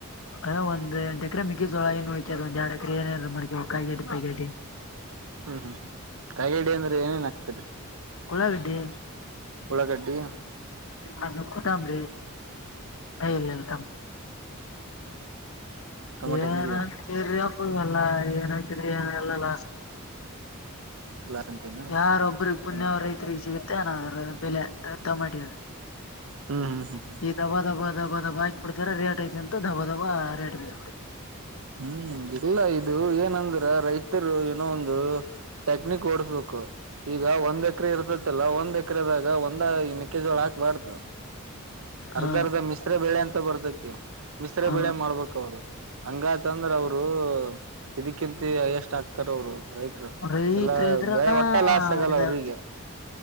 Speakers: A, on the left; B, on the right.
A: ಅ ಒಂದ ಎಂಟ ಎಕರೆ ಮಿಗಿ ಜೋಳ ಏ ಹೋಯ್ತದ ಒಂದ ಎಡ್ ಎಕರೆ ಏನ ಮಾಡ್ತ ಕಾಯಡಿಗಡಿ
B: ಹ್ಮ್ ಹ್ಮ್ ಹ್ಮ್ ಕಾಗೇಡಿ ಅಂದ್ರೆ ಏನೇನ್ ಆಗ್ತರಿ
A: ಉಳ್ಳಾಗಡ್ಡಿ
B: ಉಳ ಗಡ್ಡಿ
A: ಅದುಕು ತಂಬ್ರಲ್ಲಲ್ಲ
B: ಟೊಮಾಟೆ
A: ಏನಂತೀರಿ
B: ಏನಿಲ್ಲ
A: ಅಪ್ಪಲ್ಲ ಏನಂತೀರಿ ಏನಲ್ಲಲ್ಲ
B: ಇಲ್ಲ ಲಾಸ್ ಅಂತೇನ
A: ಯಾರೊಬ್ಬ್ರ ಪುಣ್ಯ
B: ಹ್ಮ್
A: ಅವ್ರಐತ್ರಿ ಜೀಗ ಮತ್ತ ಏನಾದ್ರೂ ಬೆಲೆ ತಮಟಿ
B: ಹ್ಮ್ ಹ್ಮ್ ಹ್ಮ್ ಹ್ಮ್
A: ಈ ದಬ ದಬ ಧಬ ದಬಾ ಹಾಕ ಬಿಡ್ತಾರ ರೇಟ್ ಐತಿ ಅಂತ ಧಬ್ಬ ದಧಬ ರೇಟ್ ಬಬಡಿ
B: ಹ್ಮ್ ಇಲ್ಲ ಇದು ಏನಂದ್ರ ರೈತ ಏನೋ ಒಂದು ಟೆಕ್ನಿಕ್ ಓಡಸ್ಬೇಕು ಈಗ ಒಂದ್ ಎಕರೆ ಇರ್ತತಿಲ್ಲ ಒಂದ್ ಎ ಹಕ್ರದಾಗ ಒಂದ ಈ ಮೆಕ್ಕೆಜೋಳ ಹಾಕ್ಬಾರ್ದು ಅರ್ಧ
A: ಹಾ
B: ಅರ್ಧ ಮಿಸ್ರ ಬೆಳೆ ಅಂತ ಬರ್ತೇತಿ ಮಶ್ರ
A: ಹಾ
B: ಬೆಳೆ ಮಾಡ್ಬೇಕ ಅವರು ಹಂಗತಂದ್ರ ಅವ್ರು ಇದಕ್ಕಿಂತ ಎಷ್ಟ ಆಕ್ತಾರ ಅವರು ರೈತರು
A: ಅವ್ರತ್
B: ಎಲ್ಲಾ
A: ಇದ್ರನಾ
B: ಬೆಳೆ ಒಟ್ಟ ಲಾಸ್ ಆಗಲ್ಲ
A: ಇದಾವೆ
B: ಅವ್ರಿಗೆ